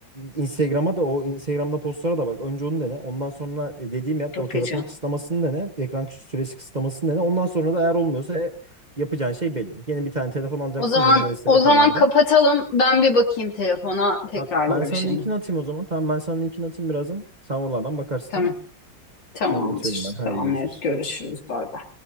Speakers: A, on the right; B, on the left.
A: Instagram'a da o Instagram'da postlara da bak. Önce onu dene. Ondan sonra e, dediğimi yap.
B: bakacağım.
A: O telefon kısıtlamasını dene. Ekran süresi kısıtlamasını dene. Ondan sonra da eğer olmuyorsa e, yapacağın şey belli. Yeni bir tane telefon alacaksın
B: O zaman
A: minimalist telefonlardan.
B: o zaman kapatalım. Ben bir bakayım telefona. Tekrar
A: Hat, ben
B: görüşelim.
A: sana linkini atayım o zaman. Tamam ben sana linkini atayım birazdan. Sen oralardan bakarsın
B: Tamam.
A: tamam.
B: Tamamdır.
A: Tamam atıyorum ben. Haydi
B: Tamam
A: görüşürüz.
B: evet görüşürüz. Bay bay.